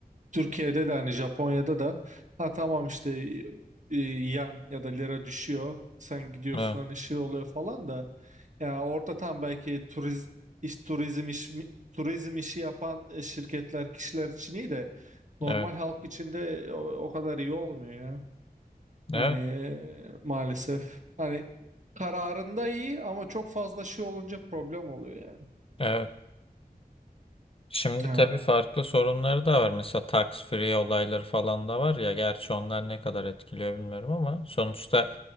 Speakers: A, on the right (about 50°); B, on the left (about 35°).
A: Türkiye'de de hani Japonya'da da ha tamam işte e, yen ya da lira düşüyor. Sen gidiyorsun
B: Evet.
A: hani şey oluyor falan da. Ya orada tam belki turiz, iş, turizm iş, turizm işi yapan e, şirketler kişiler için iyi de normal
B: Evet.
A: halk için de o, o kadar iyi olmuyor ya.
B: Evet.
A: Hani e, maalesef. Hani kararında iyi ama çok fazla şey olunca problem oluyor yani.
B: evet. Şimdi
A: Ha.
B: tabii farklı sorunları da var. Mesela tax free olayları falan da var ya. Gerçi onlar ne kadar etkiliyor bilmiyorum ama sonuçta